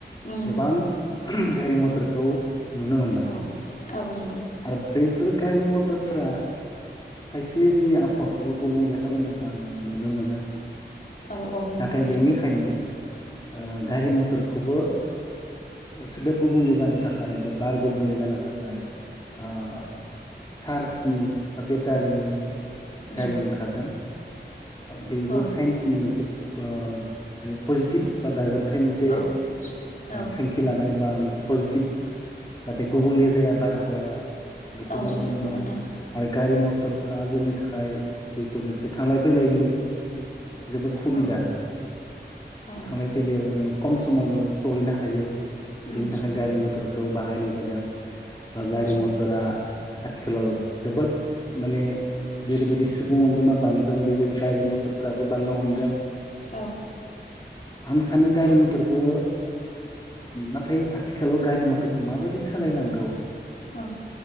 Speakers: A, on the left (about 45°); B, on the left (about 25°).
A: उम
B: गोबां गारि मथरखौ नुनो मोनबाय
A: उम औ नंगौ
B: आरो बेफोर गारि मथरफोरा खायसे जोंनि आब हावाखौबो गुबुंले खालामनायखो आङो नुनो मोनो।
A: औ औ नंगौ
B: नाथाय
A: नोंथां
B: बेनिखायनो ओ गारि मथरखौ खौबो सोदोब गुबुंले जानो थाखाय बा बार गुबुंले जानो थाखाय ओ चार्जनि बा बेटारिनि
A: उम
B: गारि ओंखारदों। बेबो
A: औ
B: साइन्सनि मोनसे ओ माने पजिटिभ बा दाजाब थाइ मोनसे
A: औ औ
B: थांखि लानाय बा मोनसे पजिटिभ जाहाथे गुबुंले जाया बारहावाया। बेखौबो
A: औ
B: नुनो
A: नंगौ
B: मोनदों
A: नोंथां
B: आरो गारि मथरफ्रा जोंनि थाखाय जिहेतु मोनसे थांलाय फैलायनि जोबोद सुबिदा
A: औ औ
B: थांलाय फैलायाव जोङो खम समावनो सहैनो हायो।
A: उम
B: बेनि थाखाय
A: उम
B: गारि मटरखौ बाहायनाय जादों बा गारि
A: औ
B: मटरा आथिखालाव औ जोबोद माने जेरैबायदि सुबुं अनजिमा बांदों बेबायदि गारि मथरफ्राबो बांनो हमदों।
A: औ
B: आं सानो गारि मथरखौ नाथाय आथिखालाव गारि मथरखौ माबायदि सालायनांगौ?
A: औ